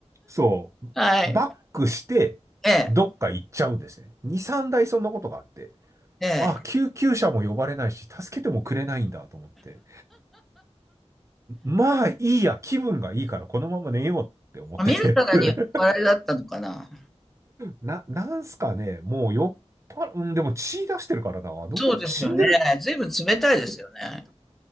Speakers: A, on the right; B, in the centre.
A: そう、
B: はい。
A: バックして、
B: ええ。
A: どっか行っちゃうんですね。2、3台そんなことがあって。
B: ええ。
A: あ、救急車も呼ばれないし、助けてもくれないんだと思って。まあいいや、気分がいいからこのまま寝ようって思ってて。
B: 見るからに酔っ払いだったのかな。
A: <laughs> な、なんすかね、もう酔っ払、うん、でも血出してるからな。どうな、
B: そうですよね。
A: 死んでる、
B: ずいぶん冷たいですよね。